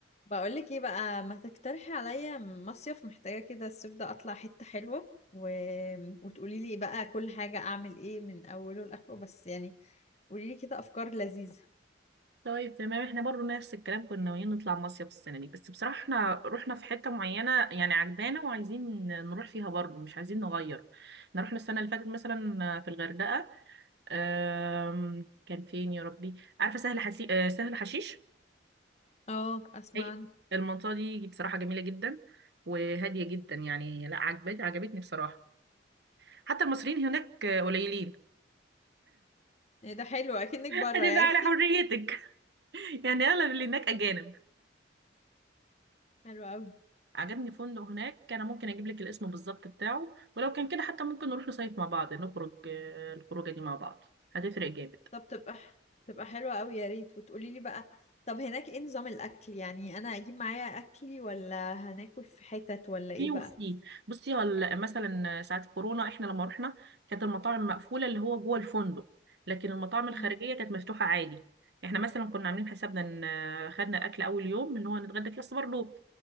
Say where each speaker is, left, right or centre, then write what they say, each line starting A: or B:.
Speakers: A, on the left; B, on the right.
A: بقولك ايه بقى ما تقترحي عليا مصيف محتاجة كده الصيف ده اطلع حتة حلوة و... وتقولي لي بقى كل حاجة اعمل ايه من اوله لاخره بس يعني قولي لي كده افكار لذيذة
B: طيب تمام احنا برضو نفس الكلام كنا ناويين نطلع مصيف السنة دي بس بصراحة احنا رحنا في حتة معينة يعني عجبانا وعايزين نروح فيها برضو مش عايزين نغير احنا رحنا السنة اللي فاتت مثلا في الغردقة آم، كان فين يا ربي عارفة سهل حسي... آه، سهل حشيش
A: اه اسمع
B: هي
A: عنه
B: المنطقة دي بصراحة جميلة جدا وهادية جدا يعني لا عجبت عجبتني بصراحة حتى المصريين هناك قليلين
A: ايه ده حلو اكنك
B: <laughs>
A: بره
B: ادي
A: يعني
B: بقى على حريتك <laughs> يعني اغلب اللي هناك اجانب
A: <laughs> حلو قوي
B: عجبني فندق هناك انا ممكن اجيب لك الاسم بالظبط بتاعه ولو كان كده حتى ممكن نروح نصيف مع بعض نخرج آه، الخروجه دي مع بعض هتفرق جامد
A: طب تبقى تبقى حلوة قوي يا ريت وتقولي لي بقى طب هناك ايه نظام الاكل يعني انا اجيب معايا اكلي ولا هناكل في حتت ولا ايه
B: في وفي
A: بقى
B: بصي هل مثلا ساعه كورونا احنا لما رحنا كانت المطاعم مقفوله اللي هو جوه الفندق لكن المطاعم الخارجيه
A: امم
B: كانت مفتوحه عادي احنا مثلا كنا عاملين حسابنا ان آه، خدنا اكل اول يوم اللي هو نتغدى فيه بس برضه